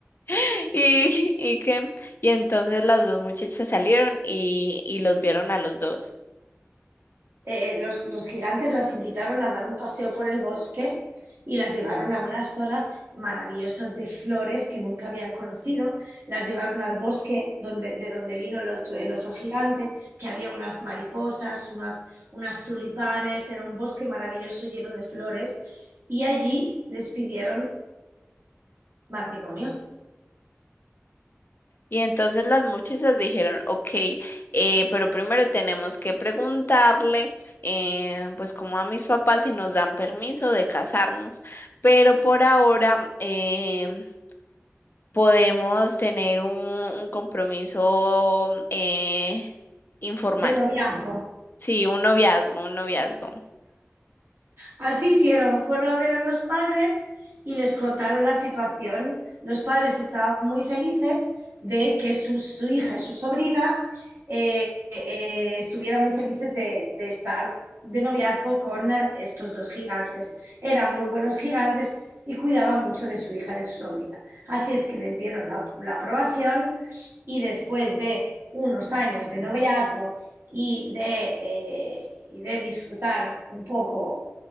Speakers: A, on the left; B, on the right.
A: <laughs> y, y que, y entonces las dos muchachas salieron y, y los vieron a los dos.
B: eh, eh, los, los gigantes las invitaron a dar un paseo por el bosque y las llevaron a unas zonas maravillosas de flores que nunca habían conocido, las llevaron al bosque donde, de donde vino el otro, el otro gigante, que había unas mariposas, unas, unas tulipanes, era un bosque maravilloso lleno de flores, y allí les pidieron matrimonio,
A: Y entonces las muchachas dijeron, ok, eh, pero primero tenemos que preguntarle, eh, pues como a mis papás si nos dan permiso de casarnos, pero por ahora eh, podemos tener un, un compromiso eh, informal,
B: de noviazgo.
A: sí, un noviazgo, un noviazgo.
B: Así hicieron, fueron a ver a los padres y les contaron la situación. Los padres estaban muy felices de que su, su hija y su sobrina eh, eh, estuvieran muy felices de, de estar de noviazgo con estos dos gigantes. Eran muy buenos gigantes y cuidaban mucho de su hija, y de su sobrina. Así es que les dieron la, la aprobación y después de unos años de noviazgo y de, eh, y de disfrutar un poco